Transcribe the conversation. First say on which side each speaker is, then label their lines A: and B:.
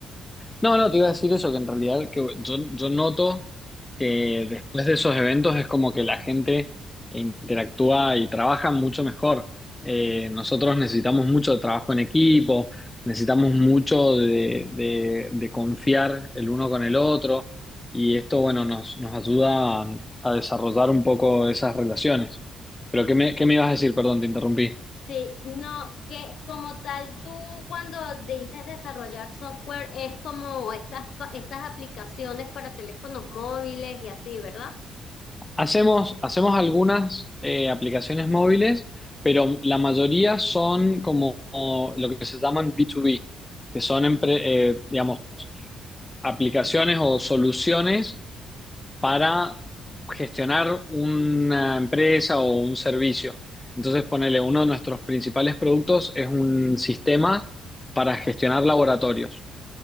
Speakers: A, on the left; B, on the left.
A: No, no, te iba a decir eso, que en realidad que yo, yo noto que después de esos eventos es como que la gente interactúa y trabaja mucho mejor. Eh, nosotros necesitamos mucho de trabajo en equipo, necesitamos mucho de, de- de confiar el uno con el otro y esto, bueno, nos, nos ayuda a, a desarrollar un poco esas relaciones. Pero ¿qué me, qué me ibas a decir? Perdón, te interrumpí.
B: Sí, no, que como tal, tú cuando dices desarrollar software es como estas, pa- estas aplicaciones para teléfonos móviles y así, ¿verdad?
A: Hacemos, hacemos algunas eh, aplicaciones móviles, pero la mayoría son como como lo que se llaman B2B, que son, empre- eh, digamos, aplicaciones o soluciones para gestionar una empresa o un servicio. Entonces, ponele, uno de nuestros principales productos es un sistema para gestionar laboratorios.